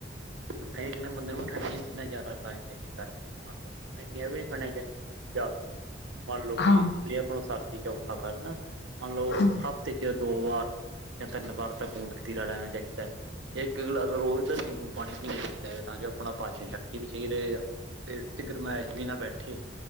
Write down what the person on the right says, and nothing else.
<unintelligible> ਜਿਵੇਂ ਬੰਦੇ ਨੂੰ ਠੰਡੀਆਂ ਚ ਇੰਨਾ ਜ਼ਦਾ ਖਾਣ ਚਾਹੀਆਂ ਗਰਮੀ ਚ ਮਨ ਇੰਨੀਆਂ ਵੀ ਨਹੀਂ ਖਾਣੀਆਂ ਚਾਹੀਦੀਆਂ ਜ਼ਿਆਦਾ ਵੀ ਮੰਨ ਲਓ
ਵੀ ਜ ਆਪਣਾ ਸਰਦੀ ਚ ਔਖਾ ਕਰ ਮੰਨ ਲਓ
ਹਫ ਤੇ ਜ ਦੋ ਵਾਰ ਜਾਂ ਤਿੰਨ ਵਾਰ ਤਾਂ ਗੋੰਦ ਕਤੀਰਾ ਲੈਣਾ ਚਾਹੀਦਾ ਹੈ ਇੱਕ ਗਲਾਸ ਰੋਜ਼ ਦਾ ਨਿੰਬੂ ਬੂ ਪੀਣੀ ਚਾਹੀਦਾ ਹੈਗਾ ਤਾਂ ਕੇ ਆਪਣਾ ਪਾਚਨ ਸ਼ਕ ਤੀ ਵੀ ਰਏਗਾ ਪੇਟ ਚ ਗਰਮਾਇਸ਼ ਵੀ ਨਾ ਬੈਠੇ।